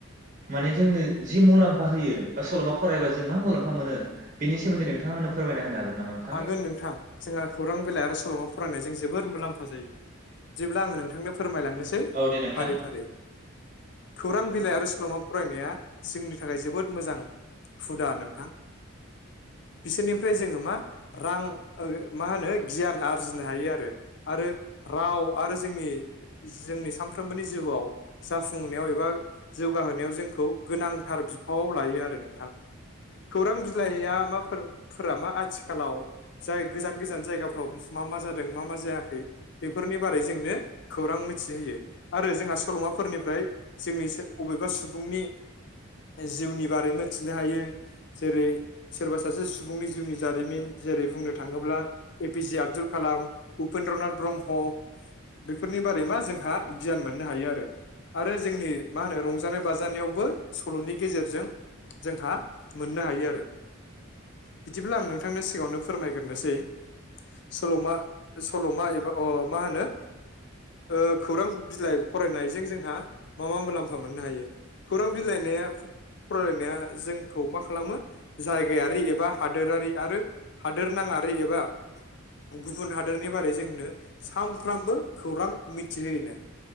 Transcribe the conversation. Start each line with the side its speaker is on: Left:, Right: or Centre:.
Right: माने जोंनो जि मुलाम्फा होयो बा सल'मा फरायबा जों मा मुलाम्फा मोनो बेनि सोमोन्दै नोंथाङा आंनो फोरमायना होनो हागोन नामा नोंथां
Left: हागोन नोंथां जोंहा खौरां बिलाइ आरो सल'मा फरायनायजों जोबोद मुलाम्फा जायो जेब्ला आङो नोंथांनो फोरमायलांनोसै
Right: औ दे नोंथां।
Left: फारि फारि खौरां बिलाइ आरो सल'मा फरायनाया जोंनि थाखाय जोबोद मोजां हुदा नोंथां बिसोरनिफ्राय जोङो मा रां मा होनो गियान आरजिनो हायो आरो आरो राव आरो जोंनि जोंनि सानफ्रोमबोनि जिउआव जाफुंनायाव एबा जौगाहोनायाव जोंखौ गोनांथार बिफाव लायो आरो नोंथां खौरां बिलाइया माफोरा मा आथिखालाव जाय गोजान गोजान जायगाफ्राव मा मा जादों मा मा जायाखै बेफोरनि बारै जोंनो खौरां मिथिहोयो आरो जोंहा सल'माफोरनिफ्राय जोंनि अबेबा सुबुं सुबुंनि जिउनि बारै मिथिनो हायो जेरै सोरबा सासे सुबुंनि जिउनि जारिमिन जेरै बुंनो थाङोब्ला ए पि जे आब्दुल कालाम उपेन्द्रना ब्रह्म बेफोरनि बारै मा जोंहा गियान मोननो हायो आरो आरो जोंनि मा होनो रंजानाय बाजानायावबो सल'नि गेजेरजों जोंहा मोननो हायो आरो बिदिब्लाब्ला आं नोंथांनो सिगाङावनो फोरमायग्रोसै सल'मा सल'मा एबा मा होनो ओ खौरां बिलाइ फरायनायजों जोंहा मा मा मुलाम्फा मोननो हायो। खौरां बिलाइनाया फरायनाया जोंखौ मा खालामो जायगायारि एबा हादोरारि आरो हादोर नाङारि एबा गुबुन हादोरनि बारै जोंनो सानफ्रामबो खौरां मिथिहोयोनो